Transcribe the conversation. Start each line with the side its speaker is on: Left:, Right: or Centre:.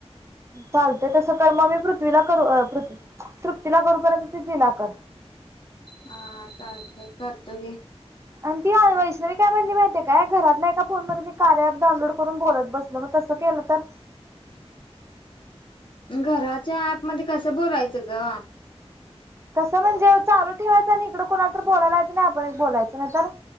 Right: चालतंय तसं कर मग मी पृथ्वीला करू पृथ तृप्तीला करूपर्यंत ति तिला कर
Left: हा चालतय करतो गे
Right: अन ती आ वैष्णवी का पण माहिती काय घरातल्या एका फोन मध्ये मी कार्या ॲप डाउनलोड करून बोलत बसलो मग तसं केलं तर
Left: घराच्या ऍप मध्ये कसं बोलायच ग
Right: तसं म्हणजे चालू ठेवायचं आणि इकडं कुणाला तर बोलालायचं नाहीतर आपणच एक बोलायचं नाही तर